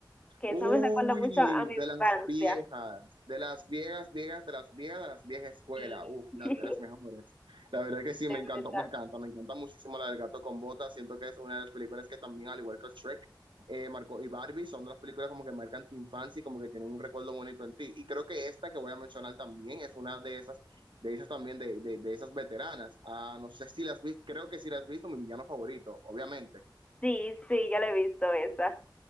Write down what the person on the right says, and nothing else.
Uy,
de
las viejas, de las viejas, viejas, de las viejas, de las viejas escuela.
Uf,
la- de las mejores. La verdad que sí,
me encantó,
me encanta, me encanta muchísimo la del gato con botas. Siento que es una de las películas que también, al igual que Shrek, eh, marcó y Barbie, son de las películas como que marcan tu infancia y como que tienen un recuerdo bonito en ti. Y creo que esta que voy a mencionar también es una de esas, de esas también, de, de, de esas veteranas. Ah, no sé si las viste, creo que sí las has visto, mi villano favorito, obviamente.